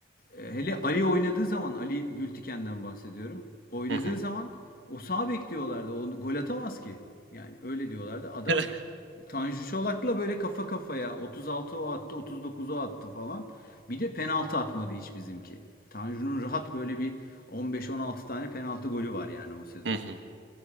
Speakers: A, on the left; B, on the right.
A: E, Hele Ali oynadığı zaman Ali Gültiken'den bahsediyorum. Oynadığı
B: hı hı,
A: zaman o sağ bek diyorlardı. Onu gol atamaz ki. Yani öyle diyorlardı. Adam
B: <laughs>
A: Tanju Çolak'la böyle kafa kafaya 36 o attı, 39 o attı falan. Bir de penaltı atmadı hiç bizimki. Tanju'nun rahat böyle bir 15-16 tane penaltı golü var yani o sezon
B: hı hı.